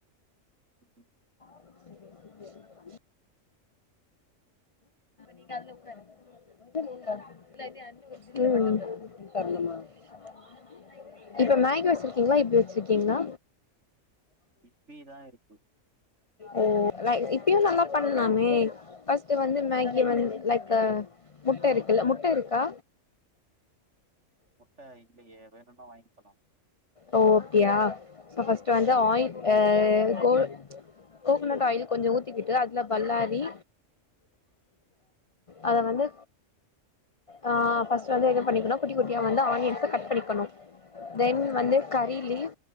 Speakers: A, on the right; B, on the left.
A: ம்,
B: <inaudible> <unintelligible> <unintelligible> இப்ப மேகி வச்சிருக்கீங்களா இப்பி வச்சிருக்கீங்களா
A: இட்லி தா இருக்கு
B: ஓ அ இப்பியு நல்லா பண்ணலாமே டு வந்து மேகி வந் லைக் அ முட்ட இருக்குல்ல முட்ட இருக்கா
A: முட்ட இல்லையே வேணுன்னா வாங் ச்சலா
B: ஓ அப்டியா ச ஃபர்ஸ்ட்டு வந்து ஆயில் ஆ கோ கோகனட் ஆயில் கொஞ்ச ஊத்திக்கிட்டு அதுல பல்லாரி அத வந்து ஆ பஸ்டு வந்து என்ன பண்ணிக்குனு குட்டி குட்டியா வந்து ஆனியன் கட் பண்ணிக்கனு தென் வந்து
A: okay
B: curry leave